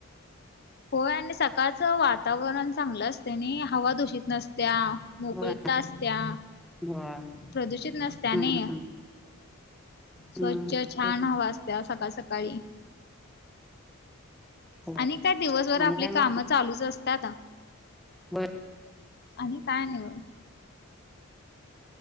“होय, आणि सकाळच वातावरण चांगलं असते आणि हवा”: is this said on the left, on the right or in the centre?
Left